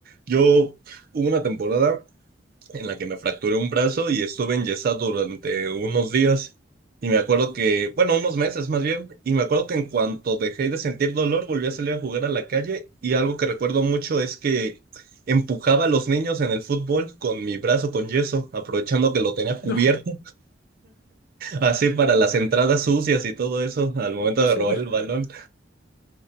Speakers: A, on the right; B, on the left.
A: Yo hubo una temporada en la que me fracturé un brazo y estuve enyesado durante unos días. Y me acuerdo que, bueno, unos meses más bien, y me acuerdo que en cuanto dejé de sentir dolor, volví a salir a jugar a la calle y algo que recuerdo mucho es que empujaba a los niños en el fútbol con mi brazo con yeso, aprovechando que lo tenía cubierto.
B: No,
A: Así para las entradas sucias y todo eso al momento
B: <laughs>
A: de
B: chuta.
A: robar el balón.